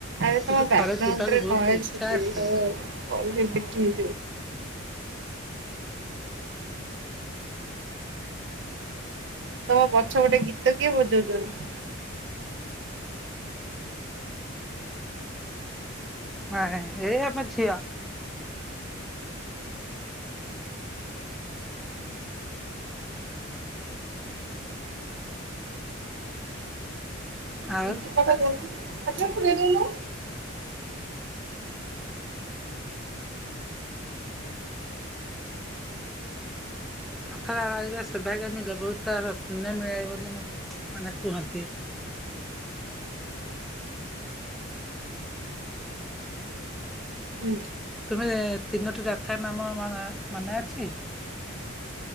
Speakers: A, on the right; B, in the centre.
A: ଆରେ
B: କିନ୍ତୁ
A: ତୋମ ବ୍ୟାଗ୍
B: ଥରେ
A: ଗ୍ରାଉଣ୍ଡ
B: ଯିବାକୁ
A: ରେ
B: ବହୁତ
A: ନଏଜ୍
B: ଇଚ୍ଛା
A: ଶୁଭୁଚି
B: ଅଛି।
A: ତ <unintelligible> ତୋମ ପଛ ପଟେ ଗୀତ କିଏ ବଜଉଚନି?
B: ହଁ ହେଇ ଆମ ଝିଅ। ଆଉ
A: <unintelligible> ପଚାରୁଛି, ପଚାରୁଛି କାହିଁ କହିଲ?
B: ଅଥରାର ଆଇବେ ସୁଭାଗମି <unintelligible> ପୁନମି ଆଏ ବୋଲି ମୁଁ ମାନେ କୁହନ୍ତି।
A: ହୁଁ
B: ତୁମେ ତିନୋଟି ରଥର ନାମ ମମେ ମନେ ଅଛି?